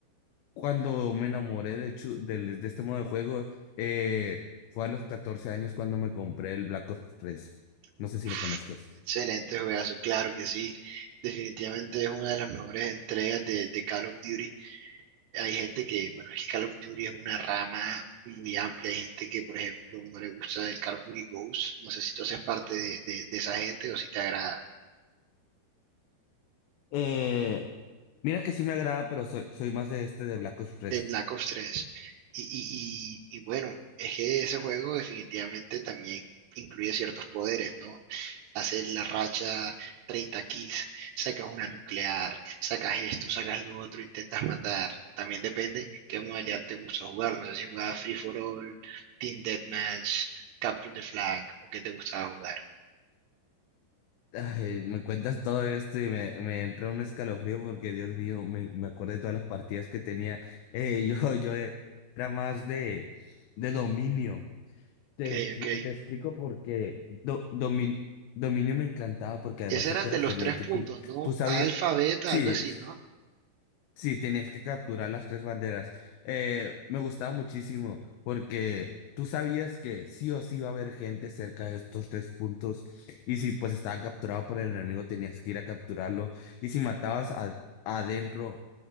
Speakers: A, on the left; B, on the right.
A: cuando me enamoré de, hecho, del- de este modo de juego, eh, fue a los 14 años cuando me compré el Black Ops tres
B: Uf,
A: No sé si lo conozcas.
B: excelente juegazo, claro que sí. Definitivamente es una de las mejores entregas de, de Call of Duty. Hay gente que, bueno, es que Call of Duty es una rama muy amplia. Hay gente que, por ejemplo, no le gusta el Call of Duty Ghost. No sé si tú haces parte de, de de esa gente o si te agrada.
A: Eh, Mira que sí me agrada, pero soy, soy más de este de Black Ops tres
B: de Black Ops tres Y, y, y, y bueno, es que ese juego definitivamente también incluye ciertos poderes, ¿no? Hacer la racha 30 kills, sacas una nuclear, sacas esto, sacas lo otro, intentas matar. También depende qué modalidad te gusta jugar. No sé si jugabas Free for All, Team Deathmatch, Capture the Flag o qué te gustaba jugar.
A: Ay, me cuentas todo esto y me, me entró un escalofrío porque, Dios mío, me, me acuerdo de todas las partidas que tenía. Eh, <laughs> yo, yo era más de, de dominio. Te,
B: Ok,
A: te
B: ok.
A: explico porque Do- Domin- Dominio me encantaba porque además
B: Ese
A: de
B: era
A: que
B: el
A: era
B: de los
A: frenético,
B: tres puntos, ¿no?
A: tú sabías,
B: Alfa, beta,
A: sí,
B: algo así,
A: s-
B: ¿no?
A: sí, tenías que capturar las tres banderas. Eh, me gustaba muchísimo porque tú sabías que sí o sí iba a haber gente cerca de estos tres puntos y si pues estaba capturado por el enemigo tenías que ir a capturarlo y si matabas a- adentro